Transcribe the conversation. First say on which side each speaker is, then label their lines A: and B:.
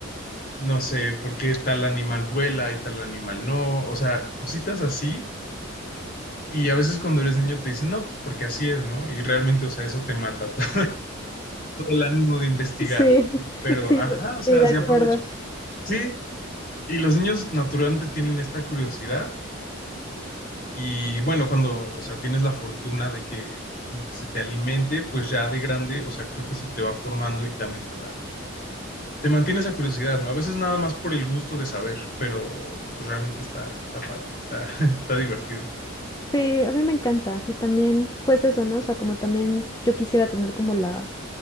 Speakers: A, on the left; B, on the left.
A: no sé, por qué tal animal vuela y tal animal no. O sea, cositas así. Y a veces cuando eres niño te dicen, no, pues porque así es, ¿no? Y realmente, o sea, eso te mata <laughs> todo, el ánimo de investigar.
B: Sí, <laughs>
A: Pero,
B: sí,
A: ajá,
B: sí,
A: o sea,
B: de
A: así
B: acuerdo.
A: aprovechas. Sí, y los niños naturalmente tienen esta curiosidad Y bueno, cuando, o sea, tienes la fortuna de que como que se te alimente, pues ya de grande, o sea, creo que eso te va formando y también te da, te mantiene esa curiosidad, ¿no? A veces nada más por el gusto de saber, pero pues realmente está, está padre, está, <laughs> está divertido.
B: Sí, a mí me encanta. Y también, pues eso, ¿no? O sea, como también yo quisiera tener como la,